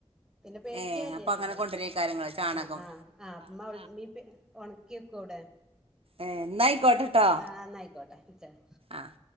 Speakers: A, in the centre; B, on the right.
A: പിന്നെ പേടിക്കല്ലലോ
B: ഏഹ് അപ്പൊ അങ്ങനെ കൊണ്ടുവരേക്കാരങ്ങള് ചാണകം
A: ആഹ് അഹ് ആഹ് ഇമ്മ ഇപ്പ- ക്യോ കൂടെ
B: ഏഹ് എന്നായിക്കോട്ടെട്ടോ
A: ആ ന്നാ ആയിക്കോട്ടെ ചാളി.
B: ആഹ്